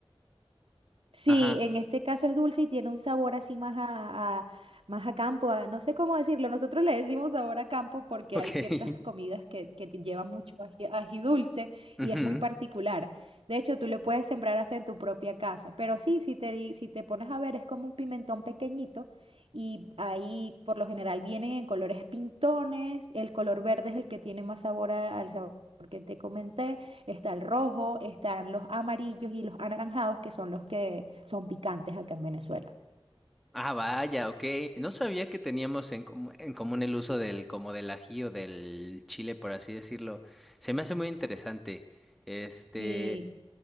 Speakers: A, on the right (about 70°); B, in the centre.
A: Sí,
B: Ajá,
A: en este caso es dulce y tiene un sabor así más a, a- más a campo, a- no sé cómo decirlo. Nosotros le decimos sabor a campo porque
B: ok.
A: hay ciertas comidas que, que te llevan mucho ají, ají dulce
B: <laughs>
A: y
B: Ujú.
A: es muy particular. De hecho, tú le puedes sembrar hasta en tu propia casa. Pero sí, si te, di- si te pones a ver, es como un pimentón pequeñito y ahí por lo general vienen en colores pintones. El color verde es el que tiene más sabor a- al sabor que te comenté. Está el rojo, están los amarillos y los anaranjados, que son los que son picantes acá en Venezuela.
B: Ah, vaya, ok. No sabía que teníamos en, comu- en común el uso del, como del ají o del chile, por así decirlo. Se me hace muy interesante. Este,
A: Sí.